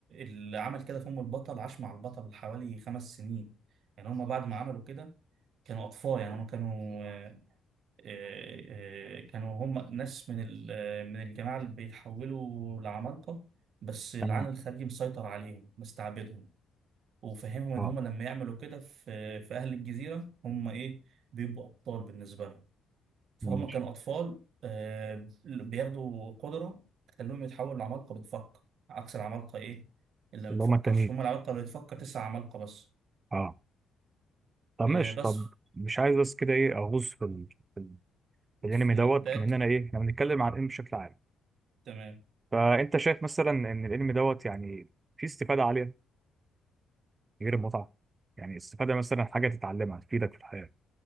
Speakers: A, on the right (about 70°); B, on the right (about 35°).
A: اللي عمل كده في ام البطل عاش مع البطل حوالي خمس سنين يعني هم بعد ما عملوا كده كانوا اطفال يعني هم كانوا آه، آه، كانوا هم ناس من ال- من الجماعة اللي بيتحولوا لعمالقة بس العالم
B: تمام
A: الخارجي مسيطر عليهم مستعبدهم وفهمهم
B: اه
A: ان هم لما يعملوا كده في في اهل الجزيرة هم ايه بيبقوا ابطال بالنسبة لهم فهم
B: ماشي
A: كانوا اطفال آه، بياخدوا قدرة تخليهم يتحولوا لعمالقة بتفكر عكس العمالقة ايه اللي
B: اللي
A: ما بتفكرش
B: هما التانيين
A: هم العمالقة اللي بتفكر تسع عمالقة بس
B: اه طب ماشي
A: آه، بس
B: طب مش عايز بس كده ايه اغوص في ال... في ال- في الانمي
A: في
B: دوت
A: اتاك
B: من انا ايه احنا بنتكلم عن الانمي بشكل عام
A: تمام
B: فانت شايف مثلا ان العلم دوت يعني فيه استفاده عاليه غير المتعه يعني استفاده مثلا حاجه تتعلمها تفيدك في الحياه